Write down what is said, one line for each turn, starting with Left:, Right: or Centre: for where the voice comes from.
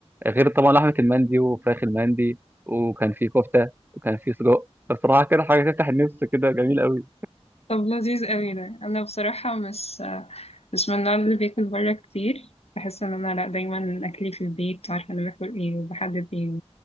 Right: غير طبعا لحمه المندي وفراخ المندي وكان في كفته وكان في سجق بصراحه كده حاجه تفتح النفس كده جميل قوي
Left: طب لذيذ قوي ده انا بصراحة مش مش من النوع اللي بياكل بره كتير بحس ان انا لا دايما اكلي في البيت عارفة انا باكل ايه وبحدد ايه